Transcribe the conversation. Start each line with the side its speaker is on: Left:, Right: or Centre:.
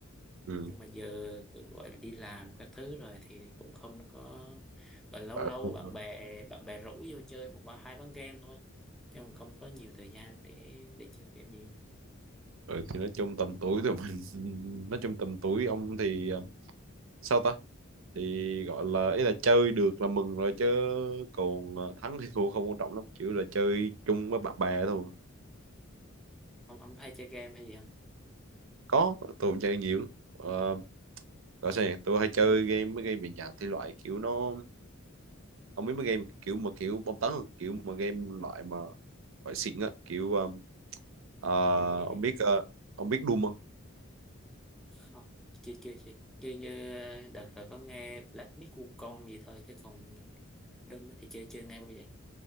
Right: ừ
Centre: nhưng mà giờ gọi là đi làm các thứ rồi thì cũng không có và lâu
Right: à,
Centre: lâu
Right: không
Centre: bạn bè bạn bè rủ vô chơi một ván hai ván game thôi chứ còn không có nhiều thời gian để để chơi game nhiều
Right: ừ, thì nói chung tầm tuổi tụi mình <laughs> nói chung tầm tuổi ông thì um, sao ta thì gọi là ý là chơi được là mừng rồi chứ còn ờ, thắng hay thua không quan trọng lắm kiểu là chơi chung với bạn bè thôi
Centre: Ừ. ông ông có hay chơi game hay gì không
Right: có tôi cũng chơi nhiều lắm ờ, gọi sao nhỉ? tôi hay chơi game mấy game dạng dạng thì loại kiểu nó không biết mấy game kiểu mà kiểu bom tấn không? kiểu mà game loại mà loại xịn á kiểu ờ, ờ,
Centre: kiểu như
Right: ông biết ờ, ông biết Doom không
Centre: không chưa chưa chưa chơi như đợt rồi có nghe Black Myth Wukong gì thôi chứ còn Doom thì chưa chưa nghe bao giờ